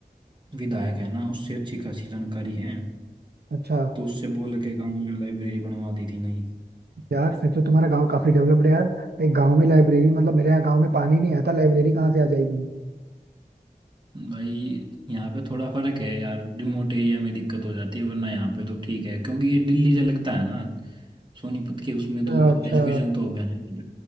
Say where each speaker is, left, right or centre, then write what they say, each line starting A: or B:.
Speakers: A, on the right; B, on the right.
A: विधायक है ना उससे अच्छी खासी जानकारी है
B: अच्छा
A: तो उससे बोल के गांव में लाइब्रेरी बनवा दी थी नई
B: यार फिर तो तुम्हारा गांव काफी डेवलप्ड है यार भाई गांव में लाइब्रेरी मतलब मेरे यहाँ गांव में पानी नहीं आता लाइब्रेरी कहाँ से आ जाएगी
A: भाई यहाँ पे थोड़ा फर्क है यार रिमोट एरिया में दिक्कत हो जाती है वरना यहाँ पे तो ठीक है क्योंकि ये दिल्ली से लगता है ना सोनीपत के उसमें
B: अच्छा
A: तो
B: अच्छा
A: एजुकेशन तो अब है नहीं